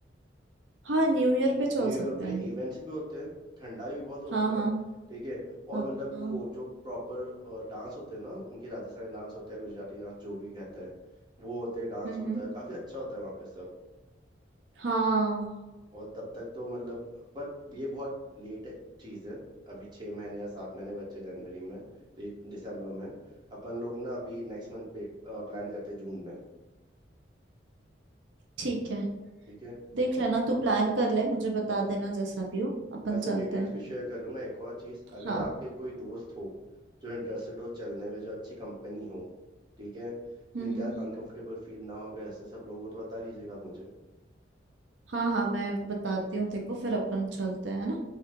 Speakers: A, on the right (about 80°); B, on the right (about 25°).
A: हाँ न्यू ईयर पे चल
B: न्यू
A: सकते
B: ईयर पे
A: हैं हम
B: इवेंट्स भी होते हैं ठंडा भी बहुत होता
A: हाँ हाँ
B: है ठीक है
A: हाँ
B: और मतलब
A: हाँ
B: वो जो प्रॉपर डांस होते हैं ना उनके राजस्थानी डांस होते हैं गुजराती डांस जो भी कहते हैं वो होते हैं डांस
A: हम्म
B: होता
A: हम्म।
B: है काफी अच्छा होता है वहाँ पे सब
A: हाँ
B: और तब तक तो मतलब पर ये बहुत लेट चीज है अभी छः महीने या सात महीने बच्चे जनवरी में दि- दिसंबर में अपन लोग ना अभी नेक्स्ट मंथ प्लान करते हैं जून में
A: ठीक है
B: ठीक है
A: देख लेना तू प्लान कर ले मुझे बता देना जैसा भी हो अपन
B: मैं सर
A: चलते
B: डिटेल्स
A: हैं
B: भी शेयर कर लूंगा एक और चीज़ अगर
A: हाँ
B: आपके कोई दोस्त हो जो इंटरेस्टेड हो चलने में जो अच्छी कंपनी हो ठीक है
A: हम्म
B: जिनके
A: हम्म
B: यार अनकंफर्टेबल फील ना हो अगर ऐसे सब लोग हो तो बता दीजिएगा आप मुझे
A: हाँ हाँ मैं बताती हूँ तेरे को फिर अपन चलते हैं है ना